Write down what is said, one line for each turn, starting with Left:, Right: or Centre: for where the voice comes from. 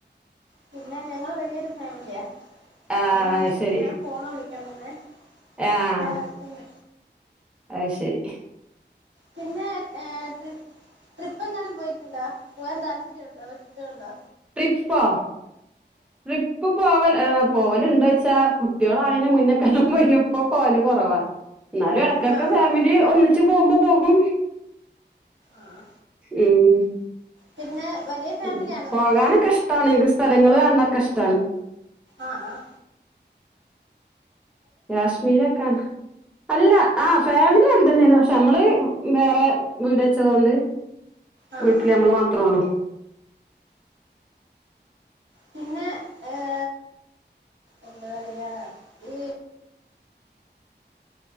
Right: പിന്നെ ഞങ്ങള് വല്യോരു ഫാമിലിയാ
Centre: ആഹ്
Right: അതോണ്ട്
Centre: ശരി
Right: ഞാൻ ഫോൺ വിളിക്ക <unintelligible>
Centre: ആഹ്
Right: ആ പിന്നെ
Centre: അത് ശെരി
Right: പിന്നെ എ ട്രിപ്പ് ട്രിപ്പെങ്ങാനും പോയിറ്റ്ണ്ടോ പോവാൻ താൽ ഒത്തിരി ഒണ്ടോ ഒറ്റുണ്ടോ?
Centre: ട്രിപ്പോ ട്രിപ്പ് പോവല് ആ പോവല്ണ്ടോയ്ച്ചാ കുട്ട്യോളാ അയ്ന മുന്നക്കാണ പോയ്നു. ഇപ്പം പോല് കൊറവാ. ന്നാലും എടക്കെട്ക്ക്
Right: ആ ആ
Centre: ഫാമിലി ഒന്നിച്ച് പോമ്പം പോകും.
Right: ആഹ്.
Centre: ഉം.
Right: പിന്നെ ഫാമിലിയാണോ
Centre: ഉം പോകാനൊക്കെ
Right: നിങ്ങള്
Centre: ഇഷ്ടാ ണ് ഇങ്ങക്ക് സ്ഥലങ്ങള് കാണണൊക്ക ഇഷ്ടാണ്
Right: അ ആഹ്
Centre: കാശ്മീരാക്കാന്നാ അല്ല ആഹ് ഫാമിലി അതിൽ തന്നെയാണ് പക്ഷെ നമ്മള് വ് വേറെ വീട് വെച്ചതോണ്ട്
Right: ആ
Centre: വീട്ടില്
Right: ആ
Centre: നമ്മള് മാത്രേ ഒള്ളു
Right: പിന്നെ ഏ എന്ത് പറയാ ഈ